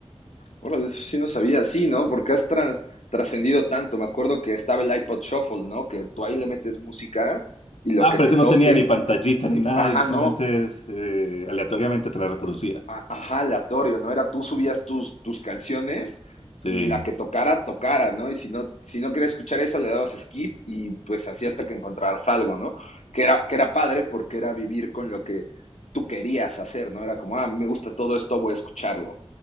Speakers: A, on the left; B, on the left.
A: Órale, eso sí no sabía, sí, ¿no? Porque has tras, trascendido tanto. Me acuerdo que estaba el iPod Shuffle, ¿no? Que tú ahí le metes música y lo
B: Ah,
A: que
B: pero
A: te
B: ese
A: toque.
B: no tenía ni pantallita ni nada,
A: Ajá,
B: y solamente
A: no.
B: eh, aleatoriamente te la reproducía.
A: a, ajá, aleatorio, ¿no? Era tú subías tus, tus canciones
B: Sí,
A: y la que tocara, tocara, ¿no? Y si no, si no querías escuchar esa, le dabas skip y pues así
B: y-
A: hasta que encontraras algo, ¿no? Que era, que era padre porque era vivir con lo que tú querías hacer, ¿no? Era como, ah, me gusta todo esto, voy a escucharlo.